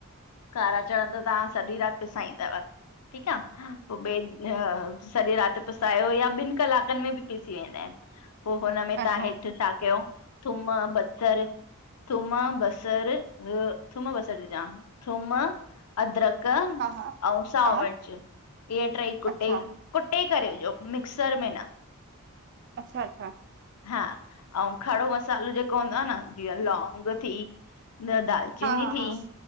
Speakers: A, on the left; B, on the right.
A: कारा चदा चणा तव्हां सॼी रात पिसाइंदव ठीक आ पो ॿे त सॼी रात पिसायो या ॿिन कलाकन में बि पीसी वेंदा आहिन की। पो हुनमें तव्हां
B: अच्छा
A: हेठ छा कयो। थूम बसरु, थूम बसरु, ॿियो थूम बसर ती चां। थूम, अदरक
B: हा हा
A: अऊं साओ
B: हा
A: मिर्च इहे ट्रई कुटे
B: अच्छा
A: कुटे करे इहो मिक्सर में न।
B: अच्छा-अच्छा।
A: हा, अऊं खड़ो मसालो जेको हूंदो आ न जीअं लौंग थी न, दाल चीनी
B: हा हा
A: थी,
B: हा